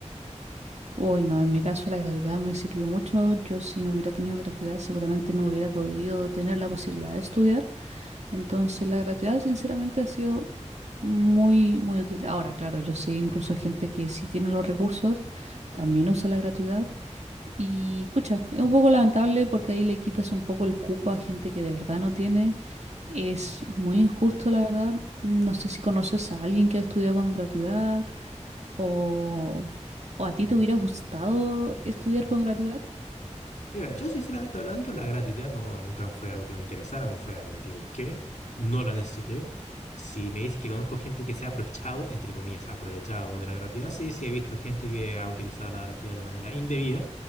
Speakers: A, on the right; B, on the left.
A: Uy, no, en mi caso la gratuidad me sirvió mucho. Yo si no hubiera tenido gratuidad seguramente no hubiera podido tener la posibilidad de estudiar. Entonces la gratuidad sinceramente ha sido muy, muy útil. Ahora, claro, yo sé incluso gente que sí tiene los recursos, también usa la gratuidad. Y pucha, es un poco lamentable porque ahí le quitas un poco el cupo a gente que de verdad no tiene. Es muy injusto, la verdad. No sé si conoces a alguien que ha estudiado con gratuidad o, o a ti te hubiera gustado estudiar con gratuidad.
B: Mira, yo sinceramente hablando, la gratuidad no, nunca fue algo que me interesara, no fue algo que busqué, no la necesité. Si me dices que conozco gente que se ha aprovechado, entre comillas, aprovechado de la gratuidad, sí, sí he visto gente que ha utilizado la gratuidad de manera indebida,